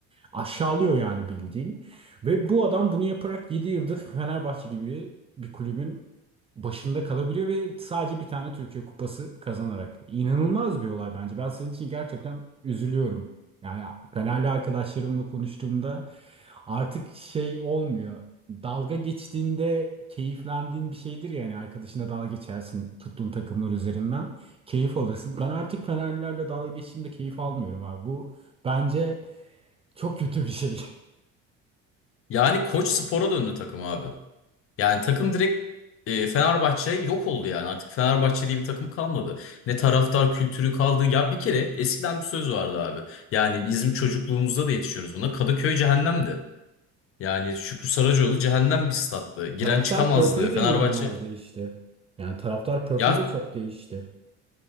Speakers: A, on the right; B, on the left.
A: Aşağılıyor yani bildiğin. Ve bu adam bunu yaparak 7 yıldır Fenerbahçe gibi bir kulübün başında kalabiliyor ve sadece bir tane Türkiye Kupası kazanarak. İnanılmaz bir olay bence. Ben sizin için gerçekten üzülüyorum. Yani Fenerli arkadaşlarımla konuştuğumda artık şey olmuyor. Dalga geçtiğinde keyiflendiğin bir şeydir ya hani arkadaşına dalga geçersin tuttuğun takımlar üzerinden keyif alırsın. Ben artık Fenerlilerle dalga geçtiğimde keyif almıyorum abi. Bu bence çok kötü bir şey. <laughs>
B: Yani koç spora döndü takım abi. Yani takım direkt e, Fenerbahçe yok oldu yani. Artık Fenerbahçe diye bir takım kalmadı. Ne taraftar kültürü kaldı. Ya bir kere eskiden bir söz vardı abi. Yani bizim çocukluğumuzda da yetişiyoruz buna. Kadıköy cehennemdi. Yani Şükrü Saracoğlu cehennem bir stattı. Giren
A: Taraftar
B: çıkamazdı.
A: profili
B: Fenerbahçe
A: de inanılmaz değişti. Yani taraftar profili
B: ya
A: de çok değişti.